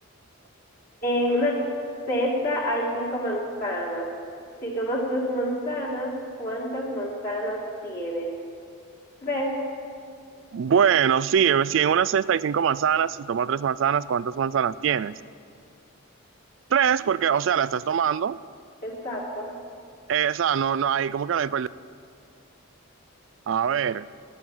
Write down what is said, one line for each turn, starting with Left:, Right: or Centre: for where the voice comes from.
Left: En una cesta hay cinco manzanas. Si tomas dos manzanas, ¿cuántas manzanas tienes? Tres.
Right: Bueno, sí, eh, si en una cesta hay cinco manzanas, si tomas tres manzanas, ¿cuántas manzanas tienes? Tres, porque, o sea, la estás tomando.
Left: Exacto.
Right: Eh, o sea, no, no, hay como que no hay perdón. A ver,